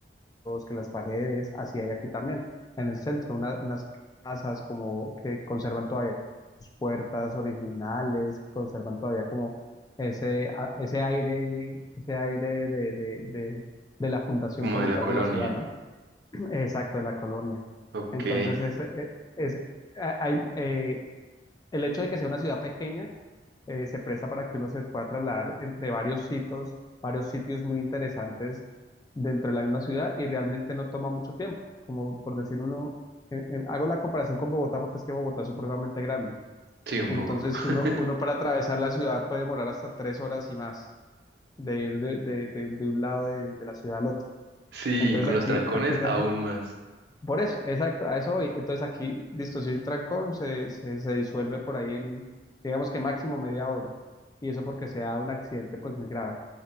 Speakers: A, on the left; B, on the right.
A: que las paredes, así hay aquí también. En el centro, una- unas casas como que conservan todavía sus puertas originales, conservan todavía como ese, a- ese aire, ese aire de, de, de, de la fundación
B: como
A: como
B: de la
A: tal
B: colonia.
A: de la ciudad, ¿no? <clears throat> Exacto, de la colonia.
B: Ok,
A: Entonces, es, es, es- a- hay, eh, el hecho de que sea una ciudad pequeña, eh, se presta para que uno se pueda trasladar entre varios sitios, varios sitios muy interesantes dentro de la misma ciudad y realmente no toma mucho tiempo. Como por decir uno, eh, eh, hago la comparación con Bogotá porque es que Bogotá es supremamente grande.
B: sí, un
A: Entonces
B: poco. <laughs>
A: uno, uno para atravesar la ciudad puede demorar hasta tres horas y más de ir de, de, de- de un lado de, de la ciudad al otro.
B: Sí,
A: Entonces
B: con
A: aquí,
B: los trancones
A: aquí realmente
B: aún más.
A: por eso, exacto, a eso voy. Entonces aquí, listo, si es un trancón, se, se, se disuelve por ahí en, digamos que máximo media hora. Y eso porque sea un accidente pues muy grave.